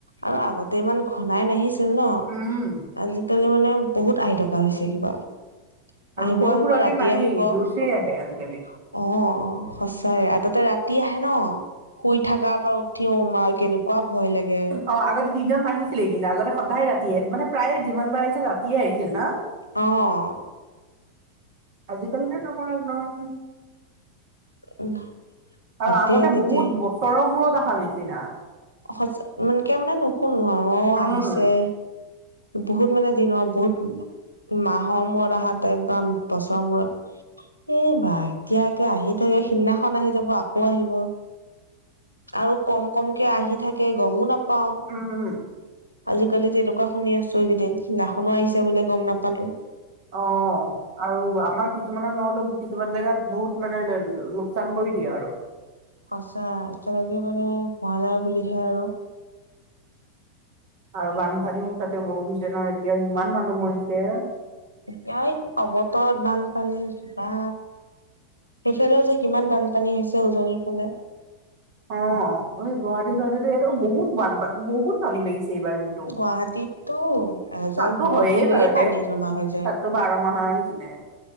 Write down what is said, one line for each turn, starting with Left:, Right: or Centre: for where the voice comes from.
Left: আৰু আগতে ইমান ঘনাই নাহিছিল ন'।
Right: উম
Left: আজিকালি মানে বহুত আহি থকা হৈছে কিবা।
Right: আৰু
Left: আহিব
Right: সৰু
Left: আহিব
Right: সুৰাকে
Left: ৰাতি
Right: নাহেই
Left: আহিব। অঁ'
Right: জোৰচেই আহে আজিকালি
Left: সঁচাইে আৰু তাতে ৰাতি আহে ন' শুই থকাৰ পৰা উ থিয়মাৰ কেনেকুৱা ভয় লাগে।
Right: অ আগতে দিনত নাহিছিলে কিন্তু আগতে সদায় ৰাতিয়ে মানে প্ৰায়ে যিমান বাৰ আহিছিল ৰাতিয়ে আহিছিল ন'।
Left: অঁ।
Right: আজিকালিতো তোমাৰ একদম
Left: <unintelligible> তেতিয়াই
Right: আৰু আগতে
Left: তেতিয়াই
Right: বহুত বছৰৰ মূৰত অহা নিচিনা।
Left: সঁচা, ইমানকে মানে নুশুনো আৰু অ'
Right: উম।
Left: আহিছে। বহুত মানে দিনৰ বহুত মাহৰ মূৰত অহা <unintelligible> বা বছৰৰ মূৰত। এই বা এতিয়াকে আহি থাকে সিদিনাখন আহি যাব আকৌ আহিব। আৰু কম কমকে আহি থাকে গমো নাপাও।
Right: উম,
Left: আজিকালি তেনেকুৱা শুনি আছো এইকেইদিন, সেইদিনাখনো আহিছে বোলে বুলি গম নাপালো।
Right: অঁহ'। আৰু আমাৰ কিছুমানৰ নহ'লেও কিছুমান জেগাত বহুত মানে লোকচান কৰি দিয়ে আৰু।
Left: সঁচা, এতিয়ালৈকে মানে হোৱা নাই বুলিহে আৰু।
Right: আৰু বানপানীও তা'তে বহুত হৈছে ন' এতিয়া ইমান মানুহ মৰিছে।
Left: এতিয়াই অৱতৰত বানপানী কিবা। সেইফালেও যে কিমান বানপানী হৈছে উজনিৰ ফালে।
Right: অঁ', গুৱাহাটী, গুৱাহাটীতো এইবাৰ বহুত বান পানী, বহুত পানী বাঢ়িছে এইবাৰ কিন্তু।
Left: গুৱাহাটী- তো' এজাক
Right: তাততো
Left: বৰষুণ
Right: হয়েই
Left: দিলে
Right: বাৰুতে
Left: পানী জমা হৈ যায়।
Right: তাততো বাৰ মাহৰ নিচিনাই আৰু।